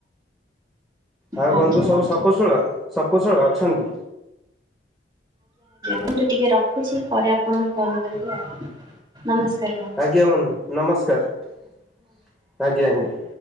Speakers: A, in the centre; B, on the right.
A: ଆଉ
B: ମ୍ୟାଡ଼ାମ
A: ବନ୍ଧୁ ସବୁ ଶକୁଶଳ ଶକୁଶଳ ଅଛନ୍ତି?
B: ନ୍ତୁ ଟିକେ ରଖୁଛି ପରେ ଆପଣଙ୍କୁ କଲ କରିବି ଆଉ ନମସ୍କାର। ମ୍ୟାଡ଼ାମ
A: ଆଜ୍ଞା ବଧୁ ନମସ୍କାର ଆଜ୍ଞା ଆଜ୍ଞା।